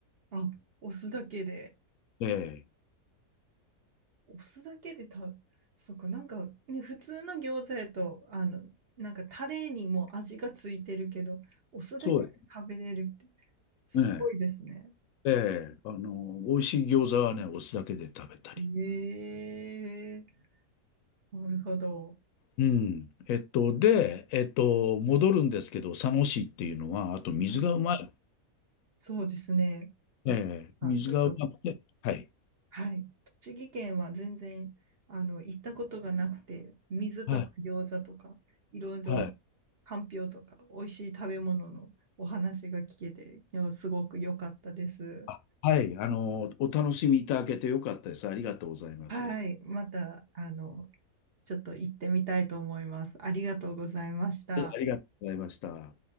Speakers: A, on the right; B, on the left.
A: あ、お酢だけで。
B: ええ、
A: お酢だけで食べ、そっか、なんかね、普通の餃子やと、あの、なんかタレにも味がついてるけど、お酢だけで食べれるって、
B: そうで
A: すごいですね。
B: すね。ええ、あの、美味しい餃子はね、お酢だけで食べたり。
A: ええなるほど。
B: うん。えっと、で、えっと、戻るんですけど、佐野市っていうのは、あと水がうまい。
A: はい、そうですね。
B: ええ、
A: あ、
B: 水がうまくて、
A: ちょっと、
B: はい。
A: はい。栃木県は全然、あの、行ったことがなくて、水とか餃子とか、
B: はい。
A: いろいろ、
B: はい。
A: かんぴょうとか、美味しい食べ物のお話が聞けて、いやすごく良かったです。
B: あ、はい。あの、お楽しみいただけてよかったです。ありがとうございます。
A: はい。
B: は
A: また、あの、ちょっと行ってみたいと思います。ありがとうございました。
B: いありがとうございました。